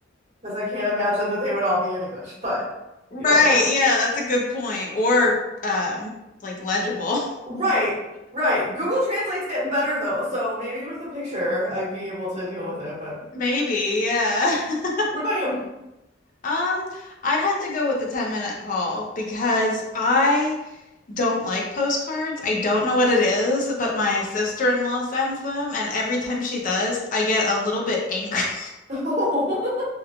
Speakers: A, on the right; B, on the left.
A: because I can't imagine that they would all be in English, but
B: Right,
A: you never know.
B: yeah, that's a good point. Or um like legible.
A: Right, right. Google Translate's getting better though, so maybe with a picture I'd be able to deal with it. But
B: <laughs> Maybe, yeah. <laughs>
A: what about you? <laughs>
B: Um, I'd have to go with the 10-minute call because I don't like postcards. I don't know what it is, but my sister-in-law sends them, and every time she does, I get a little bit angry. <laughs>
A: Oh,